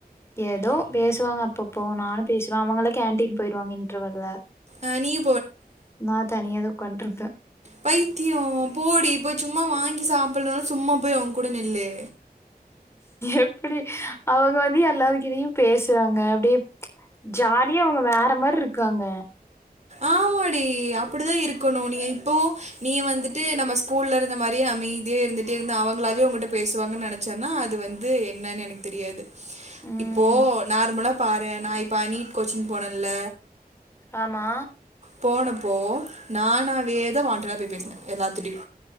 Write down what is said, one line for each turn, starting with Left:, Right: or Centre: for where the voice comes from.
Left: ஏதோ பேசுவாங்க அப்பப்போ நானு பேசுவ அவங்களா கேன்டீன் போய்டுவாங்க இன்டர்வெல்ல
Right: அ நீயு
Left: நா தனியா உக்காண்ட்ருப்ப
Right: பைத்தியோ போடி போய் சும்மா வாங்கி சாப்புட்லனாலு சும்மா போய் அவங்க கூட நில்லு
Left: எப்டி அவங்க வந்து எல்லாருக்கிட்டயு பேசுறாங்க அப்டியே ஜாலியா அவங்க வேற மாரி இருக்காங்க
Right: ஆமாடி அப்டிதா இருக்கணு நீ இப்போ நீ வந்துட்டு நம்ம ஸ்கூல்ல இருந்த மாரியே அமைதியே இருந்துட்டே இருந்தா அவங்களாவே உங்கிட்ட பேசுவாங்கன்னு நனச்சன்னா அது வந்து என்னன்னு எனக்கு தெரியாது
Left: ம்
Right: இப்போ நார்மலா பாரே நா இப்ப நீட் கோச்சிங் போனல
Left: ஆமா
Right: போனப்போ நானாவே தா வான்ட்டடா போய் பேசின எல்லாத்துட்டியு